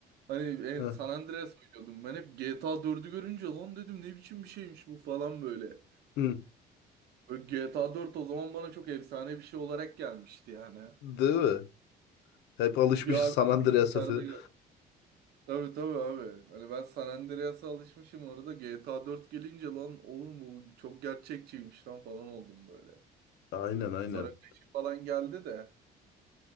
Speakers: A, on the right; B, on the left.
A: hani e,
B: Heh.
A: San Andreas oynuyordum. Ben hep GTA 4'ü görünce lan dedim ne biçim bir şeymiş bu falan böyle.
B: Hı.
A: Böyle GTA 4 o zaman bana çok efsane bir şey olarak gelmişti yani.
B: Değil mi? Hep alışmışız
A: Bir abi
B: San Andreas'a
A: içeride
B: falan.
A: gör- Tabii tabii abi. Hani ben San Andreas'a alışmışım orada GTA 4 gelince lan oğlum bu çok gerçekçiymiş lan falan oldum böyle.
B: Aynen aynen.
A: Sonra 5 falan geldi de.